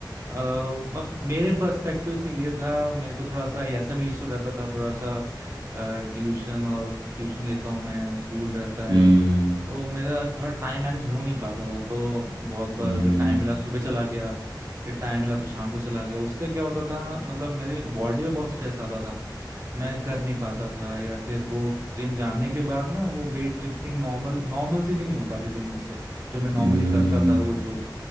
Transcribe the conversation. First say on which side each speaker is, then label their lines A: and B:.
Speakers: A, on the right; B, on the right.
A: अ, अब मेरे पर्सपेक्टिव से ये था मेरे को थोड़ा सा ऐसा भी इशू रहता था थोड़ा सा ट्यूशन और ट्यूशन लेता हूँ मैं स्कूल रहता है
B: हम्म
A: तो मेरा थोड़ा टाइम मैनेज हो नहीं पाता था तो बहुत बार
B: हम्म
A: अगर टाइम मिला सुबह चला गया फिर टाइम मिला तो शाम को चला गया उससे क्या होता था मतलब मेरे बॉडी पे बहुत स्ट्रेस आता था मैं कर नहीं पाता था या फिर वो जिम जानने के बाद ना वो वेट लिफ्टिंग नॉर्मल नॉर्मल से भी नहीं हो पाती थी मुझसे जो मैं नॉर्मली
B: हम्म
A: करता था रोज रोज